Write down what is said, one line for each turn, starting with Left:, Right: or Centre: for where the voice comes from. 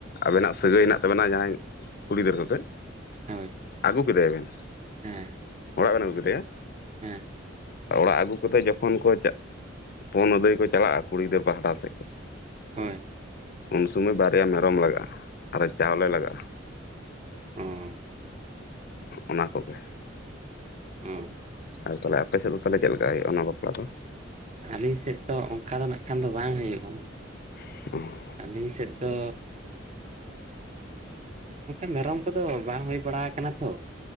Left: ᱟᱵᱮᱱᱟᱜ ᱥᱟᱹᱜᱟᱹᱭ ᱦᱮᱱᱟᱜ ᱛᱟᱵᱮᱱᱟ ᱡᱟᱦᱟᱸᱭ ᱠᱩᱲᱤ ᱜᱤᱫᱟᱹᱨ ᱥᱟᱛᱮᱫ
Right: ᱦᱳᱭ
Left: ᱟᱹᱜᱩ ᱠᱮᱫᱮᱭᱟ ᱵᱮᱱ
Right: ᱦᱮᱸ
Left: ᱚᱲᱟᱜ ᱵᱮᱱ ᱟᱹᱜᱩ ᱠᱮᱫᱮᱭᱟ
Right: ᱦᱮᱸ
Left: ᱚᱲᱟᱜ ᱟᱹᱜᱩ ᱠᱟᱛᱮ ᱡᱚᱠᱷᱚᱱ ᱠᱚ ᱪᱟ ᱯᱚᱱ ᱟᱹᱫᱟᱹᱭ ᱠᱚ ᱪᱟᱞᱟᱜᱼᱟ ᱠᱩᱲᱤ ᱜᱤᱫᱽᱨᱟᱹ ᱯᱟᱦᱴᱟ ᱥᱮᱫ ᱠᱷᱚᱱ
Right: ᱦᱳᱭ
Left: ᱩᱱ ᱥᱩᱢᱟᱹᱭ ᱵᱟᱨᱭᱟ ᱢᱮᱨᱚᱢ ᱞᱟᱜᱟᱜᱼᱟ ᱟᱨ ᱪᱟᱣᱞᱮ ᱞᱟᱜᱟᱜᱼᱟ᱾
Right: ᱚᱸᱻ
Left: ᱚᱱᱟ ᱠᱚᱜᱮ
Right: ᱚ
Left: ᱟᱨ ᱛᱟᱦᱚᱞᱮ ᱟᱯᱮ ᱥᱮᱫ ᱫᱚ ᱛᱟᱦᱚᱞᱮ ᱪᱮᱫ ᱞᱮᱠᱟ ᱦᱩᱭᱩᱜᱼᱟ ᱚᱱᱟ ᱵᱟᱯᱞᱟ ᱫᱚ
Right: ᱟᱹᱞᱤᱧ ᱥᱮᱫ ᱫᱚ ᱚᱱᱠᱟ ᱫᱚ ᱱᱟᱜ ᱠᱷᱟᱱ ᱫᱚ ᱵᱟᱝ ᱦᱩᱭᱩᱜᱼᱟ᱾
Left: <unintelligible>
Right: ᱟᱹᱞᱤᱧ ᱥᱮᱫ ᱫᱚ ᱚᱱᱠᱟ ᱢᱮᱨᱚᱢ ᱠᱚᱫᱚ ᱵᱟᱝ ᱦᱩᱭ ᱵᱟᱲᱟ ᱠᱟᱱᱟ ᱛᱚ